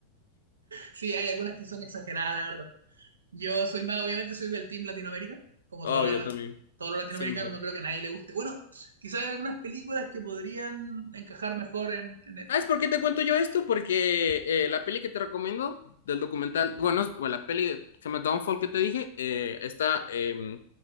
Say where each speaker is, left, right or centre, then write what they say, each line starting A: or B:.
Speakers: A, on the right; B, on the left.
A: sí, hay algunas que son exageradas, la verdad. Yo soy más, obviamente soy del Team Latinoamérica, como
B: Obvio
A: todos los,
B: también,
A: lati- todos los latinoamericanos,
B: siempre.
A: no creo que a nadie le guste. Bueno, quizás hay algunas películas que podrían encajar mejor en... en el-
B: ¿Sabes por qué te cuento yo esto? Porque eh, la peli que te recomiendo del documental, bueno, es- bueno, la peli que se llama Downfall que te dije, eh, está, eh,